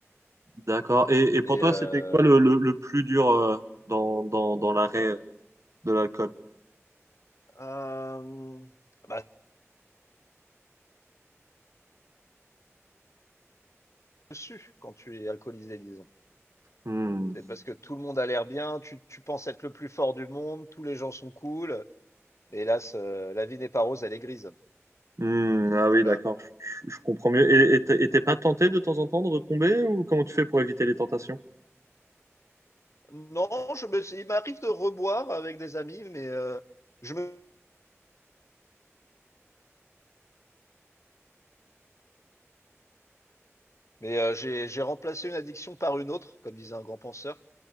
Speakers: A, on the right; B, on the left.
A: D'accord. Et, et pour
B: Et
A: toi,
B: euh,
A: c'était quoi le, le, le plus dur euh, dans, dans, dans l'arrêt de l'alcool?
B: euh, bah, dessus, quand tu es alcoolisé, disons.
A: Hmm.
B: C'est parce que tout le monde a l'air bien, tu, tu penses être le plus fort du monde, tous les gens sont cool. Mais hélas, euh, la vie n'est pas rose, elle est grise.
A: Hmm,
B: Et
A: Ah
B: voilà.
A: oui, d'accord, je, je- je comprends mieux. Et et t'es et t'es pas tenté de temps en temps de retomber ou comment tu fais pour éviter les tentations?
B: Non, je me, il m'arrive de reboire avec des amis, mais euh, je me Mais euh, j'ai j'ai remplacé une addiction par une autre, comme disait un grand penseur.